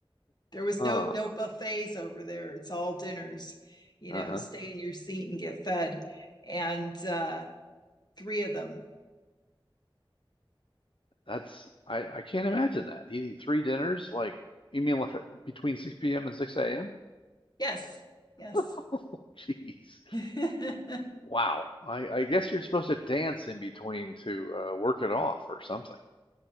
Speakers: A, on the left; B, on the left.
A: There was
B: Huh.
A: no no buffets over there. It's all dinners. You
B: Uh-huh.
A: know, stay in your seat and get fed. And uh, three of them.
B: That's I, I can't imagine that. Eating three dinners, like you mean like, between 6 p.m. and 6 a.m.?
A: Yes, yes.
B: <laughs> Oh, jeez.
A: <laughs>
B: Wow. I, I guess you're supposed to dance in between to uh, work it off or something.